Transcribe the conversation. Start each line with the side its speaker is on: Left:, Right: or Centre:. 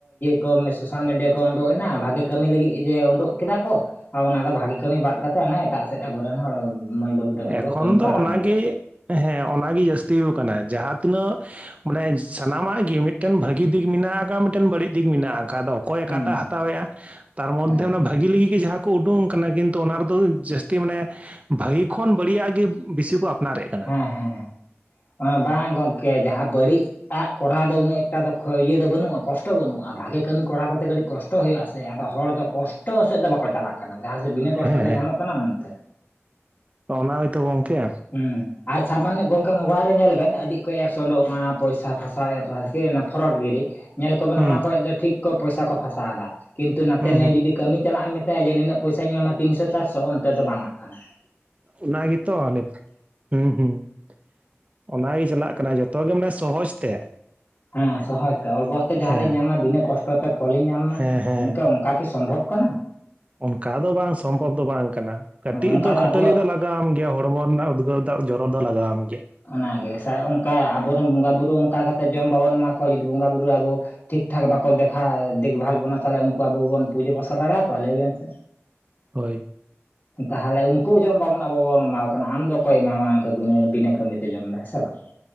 Left: ᱠᱚ ᱥᱳᱥᱟᱞ ᱢᱤᱰᱤᱭᱟ ᱠᱚ ᱩᱰᱚᱠ ᱮᱱᱟ ᱾ ᱵᱷᱟᱜᱮ ᱠᱟᱹᱢᱤ ᱞᱟᱹᱜᱤᱫ ᱡᱮ ᱩᱰᱩᱜ ᱠᱮᱫᱟ ᱠᱚ ᱾ ᱦᱳᱭ ᱚᱱᱟ ᱫᱚ ᱵᱷᱟᱜᱤ ᱠᱟᱹᱢᱤ ᱵᱟᱫᱽ ᱠᱟᱛᱮᱜ ᱮᱴᱟᱜ ᱥᱮᱫ ᱟᱵᱚ ᱨᱮᱱ ᱦᱚᱲ ᱢᱟᱹᱭ ᱵᱟᱹᱵᱩ ᱛᱟᱠᱚ ᱫᱚᱠᱚ
Right: ᱮᱠᱷᱚᱱ
Left: ᱠᱟᱹᱢᱤ
Right: ᱫᱚ
Left: ᱠᱚ ᱟᱨᱚᱢᱵᱷᱚ
Right: ᱚᱱᱟᱜᱮ
Left: ᱟᱠᱟᱫᱟ ᱾
Right: ᱦᱮᱸ ᱚᱱᱟ ᱜᱤ ᱡᱟᱹᱥᱛᱤᱣ ᱟᱠᱟᱱᱟ ᱡᱟᱦᱟᱸ ᱛᱤᱱᱟᱹᱜ ᱢᱟᱱᱮ ᱥᱟᱱᱟᱢᱟᱜ ᱜᱮ ᱢᱤᱫᱴᱮᱱ ᱵᱷᱟᱹᱜᱤ ᱫᱤᱠ ᱢᱮᱱᱟᱜ ᱟᱠᱟᱫ ᱢᱤᱫᱴᱮᱱ ᱵᱟᱹᱲᱤᱡ ᱫᱤᱠ ᱢᱮᱱᱟᱜ ᱟᱠᱟᱫ ᱾ ᱟᱫᱚ ᱚᱠᱚᱭ ᱚᱴᱟᱜ
Left: ᱦᱩᱸ ᱦᱩᱸ
Right: ᱦᱟᱛᱟᱣᱮᱫᱼᱟ ᱾ ᱛᱟᱨ ᱢᱚᱫᱽᱫᱷᱮ
Left: ᱦᱮᱸ
Right: ᱚᱱᱟ ᱵᱷᱟᱜᱤ ᱞᱟᱹᱜᱤᱫ ᱜᱮ ᱡᱟᱦᱟᱸ ᱠᱚ ᱩᱰᱩᱠ ᱟᱠᱟᱱᱟ ᱠᱤᱱᱛᱩ ᱚᱱᱟ ᱨᱮᱫᱚ ᱡᱟᱹᱥᱛᱤ ᱢᱟᱱᱮ ᱵᱷᱟᱹᱜᱤ ᱠᱷᱚᱱ ᱵᱟᱹᱲᱤᱡᱟᱜ ᱜᱮ ᱵᱮᱥᱤ ᱠᱚ ᱟᱯᱱᱟᱨᱮᱫ ᱾
Left: ᱦᱮᱸ ᱦᱮᱸ, <inaudible> ᱵᱟᱝ ᱜᱚᱝᱠᱮ ᱡᱟᱦᱟᱸ ᱵᱟᱹᱲᱤᱡ ᱟᱜ ᱠᱚᱨᱟᱣ ᱫᱚ ᱩᱱᱟᱹᱜ ᱮᱠᱴᱟ ᱫᱚ ᱤᱭᱟᱹ ᱟᱜ ᱠᱚᱨᱟᱣ ᱫᱚ ᱩᱱᱟᱹᱜ ᱮᱠᱴᱟ <unintelligible> ᱵᱟᱹᱱᱩᱜᱼᱟ ᱠᱚᱥᱴᱚ ᱵᱟᱹᱱᱩᱜᱼᱟ ᱾ ᱵᱷᱟᱜᱮ ᱠᱟᱹᱢᱤ ᱠᱚᱨᱟᱣ ᱠᱚᱨᱛᱮ ᱠᱟᱹᱴᱤᱡ ᱠᱚᱥ ᱴᱚᱜ ᱦᱩᱭᱩᱜᱼᱟ ᱥᱮ, ᱟᱫᱚ ᱦᱚᱲ ᱫᱚ ᱠᱚᱥᱴᱟᱜ ᱥᱮᱫ ᱫᱚ ᱵᱟᱠᱚ ᱪᱟᱞᱟᱜ ᱠᱟᱱᱟ ᱾ ᱡᱟᱦᱟᱸ ᱥᱮᱫ ᱵᱤᱱᱟᱹ ᱠᱚᱥᱴᱚ
Right: ᱦᱮᱸ
Left: ᱫᱚ ᱧᱟᱢᱚᱜ ᱠᱟᱱᱟ ᱚᱱᱛᱮ ᱾
Right: ᱛᱚ ᱚᱱᱟ ᱜᱮ ᱛᱚ ᱜᱚᱝᱠᱮ
Left: <unintelligible> ᱜᱚᱝᱠᱮ ᱢᱳᱵᱟᱭᱤᱞ ᱨᱮ ᱧᱮᱞ ᱵᱮᱱ ᱟᱹᱰᱤ ᱠᱚᱡ ᱮᱯᱥ ᱳᱰᱳᱜ ᱟᱠᱟᱱᱟ ᱯᱚᱭᱥᱟ ᱯᱷᱟᱥᱟᱣ ᱮᱭᱟᱠᱚ ᱾ ᱡᱮ ᱚᱱᱟ ᱯᱷᱚᱨᱚᱰ ᱜᱤᱨᱤ ᱧᱮᱞ ᱠᱚᱵᱮᱱ
Right: ᱦᱩᱸ
Left: ᱚᱱᱟ ᱠᱷᱚᱡ ᱫᱚ ᱴᱷᱤᱠ ᱠᱚ ᱯᱚᱭᱥᱟ ᱠᱚ ᱯᱷᱟᱥᱟᱣᱮᱫᱟ, ᱠᱤᱱᱛᱩ ᱱᱟᱛᱮ
Right: ᱦᱩᱸ
Left: ᱱᱟᱹᱭ
Right: ᱦᱩᱸ
Left: ᱡᱩᱫᱤ ᱠᱟᱹᱢᱤ ᱪᱟᱞᱟᱜ ᱮᱢ ᱢᱮᱛᱟᱭᱟ ᱡᱮ ᱱᱤᱱᱟᱹᱜ ᱯᱚᱭᱥᱟᱧ ᱮᱢᱟᱢᱟ ᱛᱤᱱᱥᱚ ᱪᱟᱨᱥᱚ ᱚᱱᱛᱮ ᱫᱚ ᱵᱟᱝᱟᱜ ᱠᱟᱱᱟ ᱾
Right: ᱚᱱᱟ ᱜᱮᱛᱚ ᱱᱤᱛ ᱦᱩᱸ ᱦᱩᱸ ᱾ ᱚᱱᱟᱜᱮ ᱪᱟᱞᱟᱜ ᱠᱟᱱᱟ ᱡᱚᱛᱚ ᱜᱮ ᱢᱟᱱᱮ ᱥᱚᱦᱚᱡᱽ ᱛᱮ ᱾
Left: ᱦᱮᱸ ᱥᱚᱦᱚᱡᱽ ᱛᱮ ᱚᱞᱜᱚᱥ ᱛᱮ ᱡᱟᱦᱟᱸ
Right: ᱦᱮᱸ
Left: ᱨᱤᱧ ᱧᱟᱢᱟ ᱵᱤᱱᱟᱹ ᱠᱚᱥᱴᱚ ᱛᱮ ᱯᱷᱚᱞᱤᱧ ᱧᱟᱢ ᱢᱟ,
Right: ᱦᱮᱸ ᱦᱮᱸ
Left: ᱜᱚᱢᱠᱮ ᱚᱱ ᱠᱟ ᱠᱤ ᱥᱚᱢᱵᱷᱚᱵᱽ ᱠᱟᱱᱟ?
Right: ᱚᱱᱠᱟ ᱫᱚ ᱵᱟᱝ ᱥᱚᱢᱵᱷᱚᱵᱽ ᱫᱚ ᱵᱟᱝ ᱠᱟᱱᱟ ᱾ ᱠᱟᱹᱴᱤᱡ
Left: ᱚᱱᱠᱟ
Right: ᱫᱚ ᱠᱷᱟᱹᱴᱟᱹᱞᱤ
Left: ᱟᱵᱚ
Right: ᱫᱚ ᱞᱟᱜ ᱟᱣᱟᱢ ᱜᱮᱭᱟ ᱦᱚᱲᱢᱚ ᱨᱮᱱᱟᱜ ᱩᱫᱽᱜᱟᱹᱣ ᱫᱟᱜ ᱡᱚᱨᱚ ᱫᱚ ᱞᱟᱜᱟᱣᱟᱢ ᱜᱮᱭᱟ ᱾
Left: ᱚᱱᱟ ᱜᱮ ᱥᱮ ᱚᱱᱠᱟ ᱟᱵᱚ ᱨᱮᱱ ᱵᱚᱸᱜᱟ ᱵᱩᱨᱩ ᱚᱱᱠᱟ ᱠᱟᱛᱮᱜ ᱡᱚᱢ ᱵᱟᱵᱚᱱ ᱮᱢᱟ ᱠᱚᱣᱟ, ᱡᱩᱫᱤ ᱵᱚᱸᱜᱟᱼᱵᱩᱨᱩ ᱟᱵᱚ ᱴᱷᱤᱠ ᱴᱷᱟᱠ ᱵᱟᱠᱚ ᱫᱮᱠᱷᱟ ᱫᱮᱠᱷᱵᱷᱟᱞ ᱵᱚᱱᱟ ᱛᱟᱦᱚᱞᱮ ᱩᱱᱠᱩ ᱟᱵᱚ ᱵᱚᱱ ᱯᱩᱡᱟᱹ ᱯᱟᱥᱟ ᱫᱟᱲᱮᱭᱟᱠᱚᱣᱟ ᱞᱟᱹᱭᱵᱮᱱ ᱾
Right: ᱦᱳᱭ ᱾
Left: ᱛᱟᱦᱚᱞᱮ ᱩᱱᱠᱩ ᱡᱚᱢ ᱵᱟᱵᱚᱱ ᱟᱵᱚ ᱵᱚᱱ ᱮᱢᱟ ᱠᱚ ᱠᱟᱱᱟ ᱟᱢ ᱫᱚ ᱚᱠᱚᱭ ᱮᱢᱟᱢᱟ ᱾ ᱤᱱᱠᱟᱹ ᱵᱤᱱᱟᱹ ᱠᱟᱹᱢᱤ ᱛᱮ ᱡᱚᱢ ᱮᱫᱟ ᱦᱮᱸ ᱥᱮ ᱵᱟᱝ ᱾